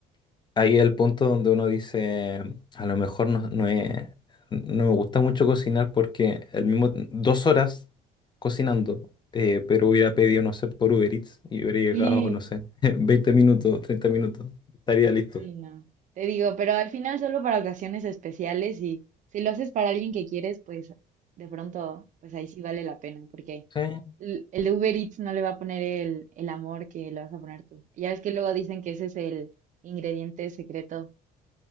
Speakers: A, on the left; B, on the right.
A: Ahí es el punto donde uno dice, a lo mejor no, no, es- no me gusta mucho cocinar porque el mismo, dos horas cocinando, eh, pero hubiera pedido, no sé, por Uber Eats y hubiera llegado,
B: Sí,
A: no sé, <laughs> 20 minutos, 30 minutos, estaría listo.
B: sí, no. Te digo, pero al final solo para ocasiones especiales y si lo haces para alguien que quieres, pues de pronto, pues ahí sí vale la pena, porque
A: sí
B: l- el de Uber Eats no le va a poner el, el amor que le vas a poner tú. Ya ves que luego dicen que ese es el ingrediente secreto